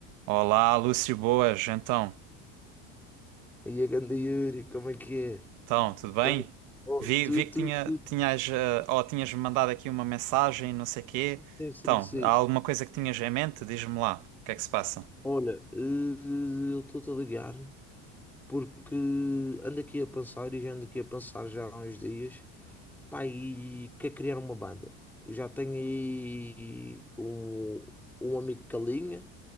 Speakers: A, on the right; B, in the centre.
A: Olá, Lúcio, boas, então.
B: E a ganda Yuri, como é que é?
A: Então, tudo bem?
B: Tá- oh,
A: Vi,
B: tu,
A: vi que
B: tu,
A: tinha,
B: tu, tu-
A: tinhas, eh, ou tinhas me mandado aqui uma mensagem, não sei quê.
B: sim, sim,
A: Então,
B: sim.
A: há alguma coisa que tinhas em mente? Diz-me lá, o que é que se passa?
B: Olha, eh, eu estou-te a ligar porque ando aqui a pensar e já ando aqui a pensar já há uns dias. Pá, e quer criar uma banda. Já tenho aí um, um amigo que alinha.